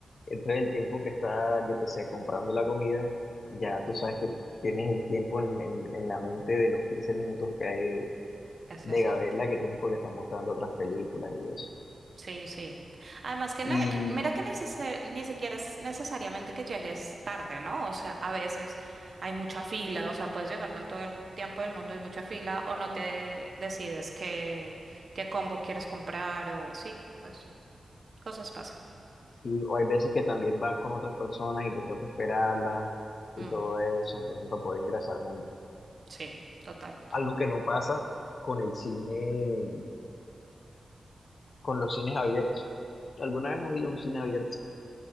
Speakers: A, on the left; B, on the right.
A: entra el tiempo que está, yo qué sé, comprando la comida. Ya tú sabes que tienes el tiempo en, en en la mente de los 15 minutos que hay
B: Ese
A: de
B: es cierto.
A: Gabela que tienes porque están mostrando otras películas y eso.
B: Sí, sí. Además que,
A: Y,
B: na- mira que ni, siquiera ni siquiera es necesariamente que llegues tarde, ¿no? O sea, a veces hay mucha fila, o sea, puedes llegar con todo el tiempo del mundo, hay mucha fila, o no te decides qué, qué combo quieres comprar, o sí, pues cosas pasan.
A: y- o hay veces que también vas con otras personas y te toca esperarlas y
B: Mm,
A: todo eso, entonces para poder ingresar juntos.
B: sí, total.
A: Algo que no pasa con el cine, con los cines abiertos. ¿Alguna vez has ido a un cine abierto,